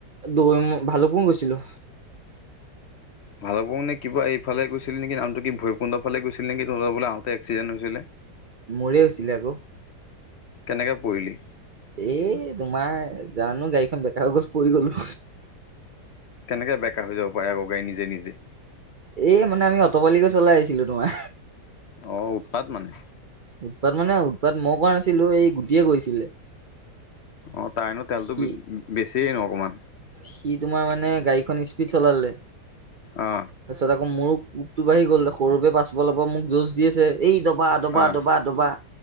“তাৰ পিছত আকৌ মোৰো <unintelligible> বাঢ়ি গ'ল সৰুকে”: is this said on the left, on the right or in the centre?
Right